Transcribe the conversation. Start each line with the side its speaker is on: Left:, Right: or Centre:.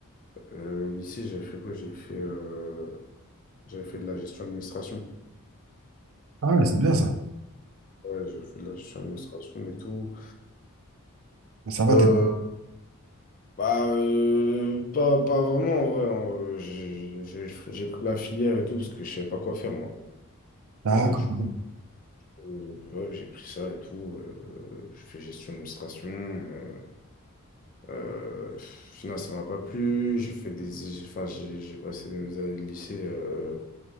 Left: Euh, lycée, j'avais fait quoi? J'ai fait. euh, J'avais fait de la gestion administration.
Right: Ah ouais, c'est bien ça.
Left: Ouais, j'ai fait de la gestion administration et tout.
Right: Ça va,
Left: Euh,
Right: t'es...
Left: bah, euh, pas, pas vraiment en vrai. hein. Euh, J'ai j'ai- j'ai pris la filière et tout parce que je savais pas quoi faire moi.
Right: D'accord.
Left: Et du coup, euh, ouais, j'ai pris ça et tout. Euh, je fais gestion administration. euh, euh, finalement, ça m'a pas plu. J'ai fait des, j'ai- enfin, j'ai j'ai passé mes années de lycée. euh,